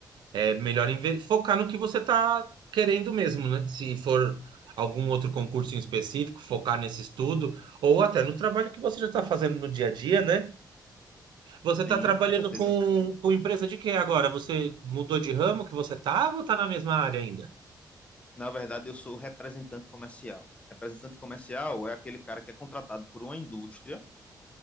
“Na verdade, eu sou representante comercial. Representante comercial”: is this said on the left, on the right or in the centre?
Left